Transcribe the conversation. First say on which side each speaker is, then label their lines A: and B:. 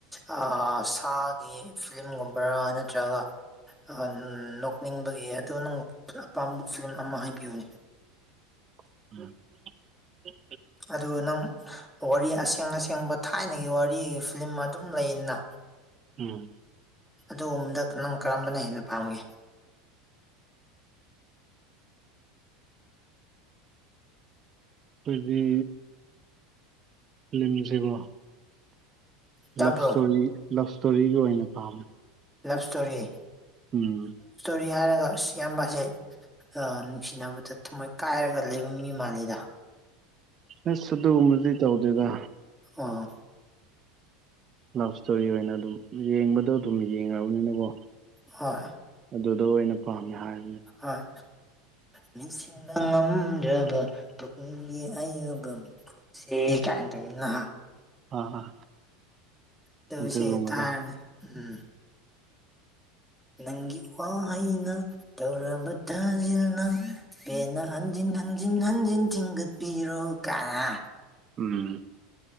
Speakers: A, in the centre; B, on the right.
A: ꯑꯥ ꯁꯥꯒꯤ ꯐꯤꯂꯝꯒꯨꯝꯕ ꯕ꯭ꯔ ꯅꯠꯇ꯭ꯔꯒ ꯑꯥ ꯅꯣꯛꯅꯤꯡꯕꯒꯤ ꯑꯗꯨ ꯅꯪ ꯑꯄꯥꯝꯕ ꯐꯤꯂꯝ ꯑꯃ ꯍꯥꯏꯕꯤꯌꯨꯅꯦ
B: <inaudible>
A: ꯑꯗꯨ ꯅꯪ ꯋꯥꯔꯤ ꯑꯁꯦꯡ ꯑꯁꯦꯡꯕ ꯊꯥꯏꯅꯒꯤ ꯋꯥꯔꯤꯒꯤ ꯐꯤꯂꯝ ꯑꯗꯨꯝ ꯂꯩꯗꯅ
B: ꯎꯝ
A: ꯑꯗꯨꯒꯨꯝꯕꯗ ꯅꯪ ꯀꯔꯝꯕꯅ ꯍꯦꯟꯅ ꯄꯥꯝꯒꯦ
B: ꯈꯣꯏꯗꯤ ꯐꯤꯂꯝꯖꯤꯒꯣ
A: ꯇꯥꯕ꯭ꯔꯣ
B: ꯂꯞ ꯏꯁꯇꯣꯔꯤ ꯂꯞ ꯏꯁꯇꯣꯔꯤꯒꯤ ꯑꯣꯏꯅ ꯄꯥꯝꯃꯦ
A: ꯂꯞ ꯏꯁꯇꯣꯔꯤ
B: ꯎꯝ
A: ꯗꯨꯏꯍꯥꯏꯔꯒ ꯑꯁ ꯏꯌꯥꯝꯕꯖꯦ ꯅꯨꯡꯁꯤꯅꯕꯗ ꯊꯃꯣꯏ ꯀꯥꯏꯔꯒ ꯂꯩꯕ ꯃꯤ ꯃꯥꯂꯦꯗ
B: ꯑꯁ ꯑꯗꯨꯒꯨꯝꯕꯗꯤ ꯇꯧꯗꯦꯗ
A: ꯑꯥ
B: ꯂꯞ ꯁ꯭ꯇꯣꯔꯤ ꯑꯣꯏꯅ ꯑꯗꯨꯝ ꯌꯦꯡꯕꯗꯣ ꯑꯗꯨꯝ ꯌꯦꯡꯔꯕꯅꯤꯅꯀꯣ
A: ꯍꯣꯏ
B: ꯑꯗꯨꯗꯣ ꯑꯣꯏꯅ ꯄꯥꯝꯃꯦ ꯍꯥꯏ
A: ꯍꯥꯏ ꯃꯤꯟꯁꯤꯟꯕ ꯉꯝꯗ꯭ꯔꯕ ꯄꯨꯛꯅꯤꯡꯒꯤ ꯑꯌꯨꯕ ꯃꯈꯨꯜꯁꯦ ꯁꯤ ꯀꯅ ꯇꯧꯔꯤꯅꯣ ꯍꯥ
B: ꯑꯥ ꯑꯥ
A: ꯇꯨꯂꯨꯁꯦ
B: ꯑꯗꯨꯒꯨꯝꯕꯗ
A: ꯊꯔꯕꯅꯦ ꯎꯝ ꯅꯪꯒꯤ ꯋꯥꯍꯩꯅ ꯊꯧꯔꯕ ꯇꯖꯤꯜꯅ ꯄꯦꯟꯅ ꯍꯟꯖꯤꯟ ꯍꯟꯖꯤꯟ ꯍꯟꯖꯤꯟ ꯊꯤꯟꯗꯠꯄꯤꯔꯣ ꯄꯤꯔꯣ ꯀꯥꯏꯅ
B: ꯎꯝ